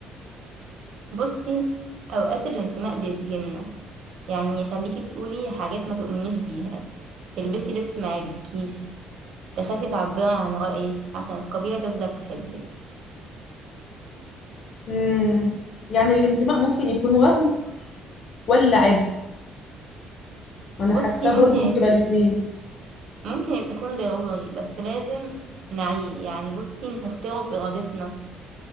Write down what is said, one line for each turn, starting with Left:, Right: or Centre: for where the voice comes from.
Right: بصي أوقات الانتماء بيسجننا يعني يخليكي تقولي حاجات ما تؤمنيش بيها تلبسي لبس ما يعجبكيش تخافي تعبري عن رأيك عشان القبيلة تفضل تحبك
Left: امم يعني الانتماء ممكن يكون وهم ولا عبء وانا
Right: بصي
Left: حاساه
Right: ممكن
Left: برضو ممكن يبقى الاثنين
Right: ممكن يكون ضروري بس لازم نعيه يعني بصي نختاره بإرادتنا